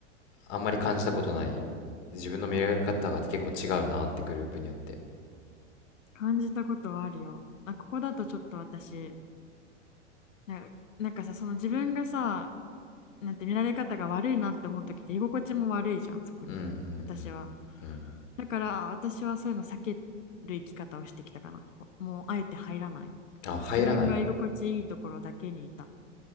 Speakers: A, on the left (about 60°); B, on the left (about 85°).
A: あんまり感じたことない自分の見られ方が結構違うなってグループによって
B: 感じたことはあるよ。あ、ここだとちょっと私、な、なんかさ、その自分がさ、なんて見られ方が悪いなって思う時って居心地も悪いじゃんそこに私は
A: うんうんうんうん
B: だから私はそういうの避ける生き方をしてきたかなもうあえて入らない
A: あ入らない
B: 自分が居心地いいところだけにいた